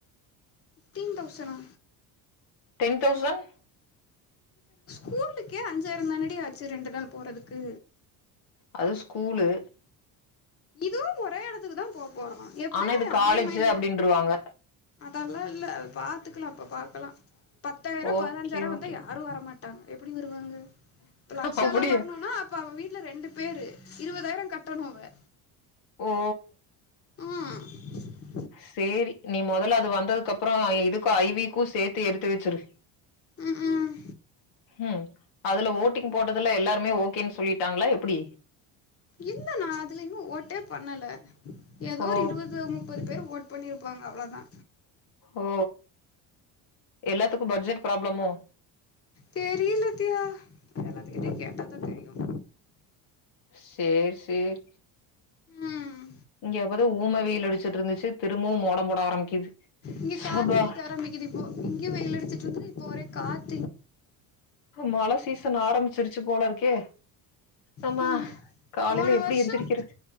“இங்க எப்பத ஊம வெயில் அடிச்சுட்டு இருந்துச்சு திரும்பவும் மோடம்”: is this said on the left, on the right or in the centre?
Left